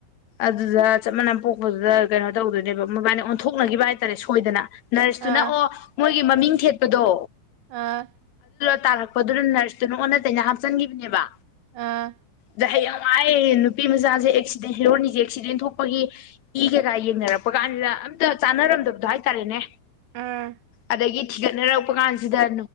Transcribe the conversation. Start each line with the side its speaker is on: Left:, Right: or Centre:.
Left: ꯑꯗꯨꯗ ꯆꯞ ꯃꯥꯟꯅ ꯄꯣꯛꯄꯗꯨꯗ ꯀꯩꯅꯣ ꯇꯧꯗꯣꯏꯅꯦꯕ ꯃꯕꯥꯅꯤ ꯑꯣꯟꯊꯣꯛꯅꯒꯤꯕ ꯍꯥꯏꯇꯥꯔꯦ ꯁꯣꯏꯗꯅ꯫ ꯅꯔꯁꯇꯨꯅ
Right: ꯑꯥ
Left: ꯑꯣ ꯃꯣꯏ ꯑꯩꯒꯤ ꯃꯃꯤꯡ ꯊꯦꯠꯄꯗꯣ꯫
Right: ꯑ꯫
Left: ꯇꯥꯔꯛ ꯂꯞꯄꯗꯨꯅ ꯅꯔꯁꯇꯨꯅ ꯑꯣꯟꯅ ꯇꯩꯅ ꯍꯥꯞꯆꯤꯟꯈꯤꯕꯅꯦꯕ
Right: ꯑꯥ
Left: ꯑꯗ ꯍꯌꯦ ꯌꯥꯝꯉꯥꯏꯑꯌꯦ ꯅꯨꯄꯤ ꯃꯆꯥꯁꯦ ꯑꯦꯛꯁꯤꯗꯦꯟ ꯍꯔꯣꯟꯅꯤꯁꯦ ꯑꯦꯛꯁꯤꯗꯦꯟ ꯊꯣꯛꯄꯒꯤ ꯏ ꯀꯩꯀꯥ ꯌꯦꯡꯅꯔꯛꯄ ꯀꯥꯟꯁꯤꯗ ꯑꯝꯇ ꯆꯥꯟꯅꯔꯝꯗꯕꯗꯣ ꯍꯥꯏꯇꯥꯔꯦꯅꯦ
Right: ꯑꯥ
Left: ꯑꯗꯒꯤ ꯊꯤꯒꯠꯅꯔ ꯂꯄ ꯀꯥꯟꯁꯤꯗꯣꯏ